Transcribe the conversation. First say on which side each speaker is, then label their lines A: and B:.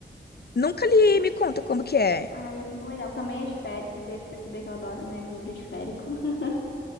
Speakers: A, on the left; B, on the left.
A: Nunca li, me conta como que é.
B: Ai, é muito legal. Também é de férico, deu de perceber que eu adoro, né? Livro de férico. <laughs>